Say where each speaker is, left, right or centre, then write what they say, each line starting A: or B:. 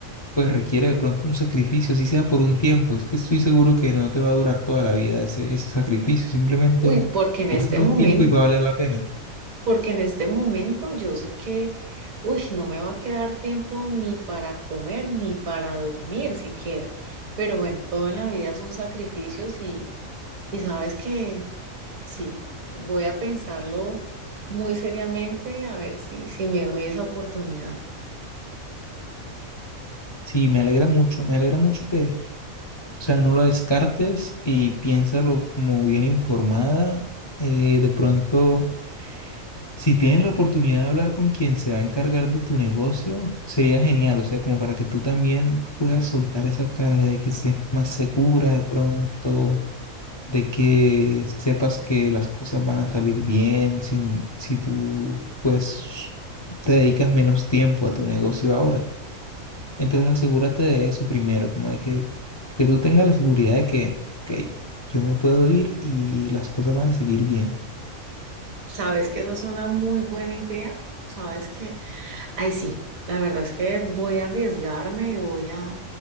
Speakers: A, on the left; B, on the right.
A: pues requiere de pronto un sacrificio, si sea por un tiempo. Es que estoy seguro que no te va a durar toda la vida ese, ese sacrificio, simplemente
B: Uy, porque en este
A: va a ser un
B: momento,
A: tiempo y va a valer la pena.
B: porque en este momento yo sé que, uy, no me va a quedar tiempo ni para comer ni para dormir siquiera. Pero bueno, todo en la vida son sacrificios y, y sabes que Sí, voy a pensarlo muy seriamente a ver si, si me doy esa oportunidad.
A: Sí, me alegra mucho, me alegra mucho que, o sea, no lo descartes y piénsalo como bien informada. Eh, de pronto, si tienes la oportunidad de hablar con quien se va a encargar de tu negocio, sería genial, o sea, como para que tú también puedas soltar esa carga de que estés más segura de pronto de que sepas que las cosas van a salir bien sin, si tú pues te dedicas menos tiempo a tu negocio ahora. Entonces asegúrate de eso primero, como de que, que tú tengas la seguridad de que, ok, yo me puedo ir y las cosas van a seguir bien.
B: Sabes que esa es una muy buena idea. Sabes que, ay, sí, la verdad es que voy a arriesgarme, voy a,